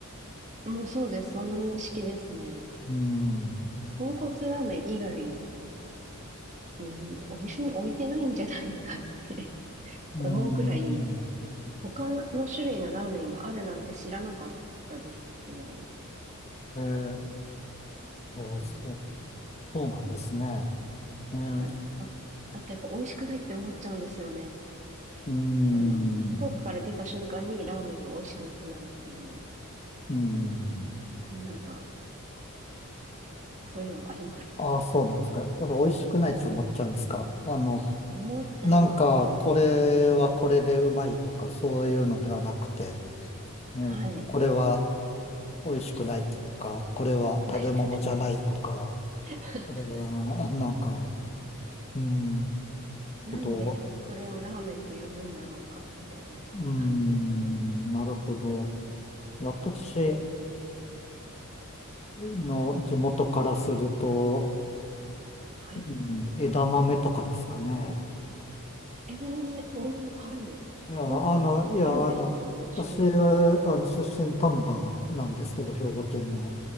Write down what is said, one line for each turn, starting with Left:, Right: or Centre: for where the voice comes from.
Right: もうそうです。その認識ですね。
Left: うん。
Right: 豚骨ラーメン以外に、お店に置いてないんじゃないかって <laughs>
Left: うん。
Right: 思うぐらい、他の種類のラーメンがあるなんて知らなかったですね。
Left: えー
Right: うん
Left: えーそう、そうなんですね。えー、
Right: はい。あ、あとやっぱ美味しくないって思っちゃうんですよね。
Left: うん。
Right: あの、福岡から出た瞬間にラーメンは美味しくなくなるっていう、
Left: うん。
Right: なんか、そういうのはあります。
Left: ああ、そうなんですか。やっぱ美味しくないって思っちゃうんですか。あの、
Right: 思っちゃいます。
Left: なんか、これはこれでうまいとか、そういうのではなくて、ね、
Right: はい。
Left: これは美味しくないとか、これは食べ物じゃないとか、
Right: 美味しくない。<laughs>
Left: これは、なんか、
Right: はい。
Left: うん、なる
Right: なんでこれをラーメンと呼ぶんだろうか、
Left: ほど。
Right: みたいな感じですね。
Left: うん、なるほど。私
Right: うん。
Left: の地元からすると、
Right: はい。
Left: うん、枝豆とかですかね。
Right: 枝豆、おー、はい。
Left: いや、あの、
Right: なんか、
Left: いや、
Right: あるんですか種類が。
Left: あの、私は、あの、出身丹波なんですけど、兵庫県の。